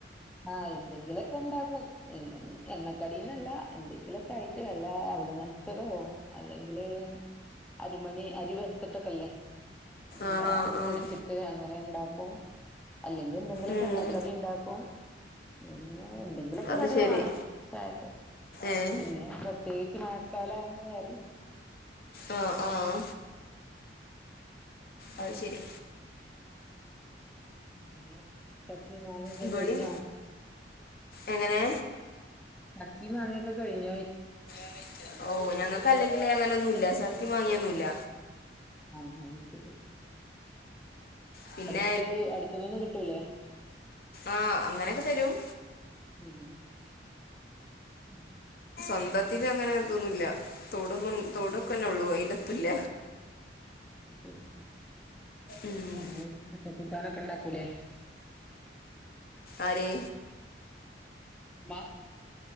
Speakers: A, in the centre; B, on the left.
A: ആഹ എന്തെങ്കിലൊക്കെ ഉണ്ടാക്കും. എണ്ണക്കടിന്നല്ല എന്തെങ്കിലൊക്കെ ആയിട്ട് വല്ല അവിൽ നനച്ചതോ അല്ലെങ്കില് അരമണി അരി വെർത്തിട്ടൊക്കെല്ലേ? എന്താ
B: ആഹ് ആഹ് ആഹ്
A: പൊടിച്ചിട്ട് അങ്ങനെ ഇണ്ടാക്കും. അല്ലെങ്കിൽ എന്തെങ്കിലുമൊക്കെ
B: ഉം
A: എണ്ണക്കാടി ഉണ്ടാക്കും. <unintelligible> എന്തെങ്കിലുമൊക്കെ
B: അത്
A: കടിവണം.
B: ശെരി
A: ചായക്ക്.
B: ഏഹ്
A: പിന്നെ പ്രത്യേകിച്ച് മഴക്കാലകുമ്പോൾ എറിം
B: ആഹ ആഹ
A: ഇണ്ടാക്കും
B: അത് ശരി.
A: പിന്നെചാക്കിം, മാങ്ങയും
B: ഇബടിം
A: കഴിഞ്ഞോ?
B: എങ്ങനെ?
A: ചക്കി മാങ്ങിയൊക്കെ കഴിഞ്ഞോ
B: <inaudible> ഓ ഞങ്ങക്ക് അല്ലെങ്കിലിൽ അങ്ങന ഒന്നു മില്ല ചക്കിം മാങ്ങ യൊന്നുല്ല
A: ആ എന്നാ ശരി
B: പിന്നെ
A: അടുത്ത് അടുത്ത്ന്നൊന്നും കിട്ടൂല്ലേ
B: ആഹൾഅങ്ങനൊക്കെ തരും
A: ഉം ഉം
B: <unintelligible> തൊടു
A: ആഹ്
B: തൊടുക്കെന്നെയൊള്ളു അയിലത്തുല്ല
A: അത് ശരിപിന്നെ
B: ഉം
A: - കൂട്ടാനൊക്കെ ഇണ്ടാക്കൂലേ
B: ആര്
A: ഇമ്മ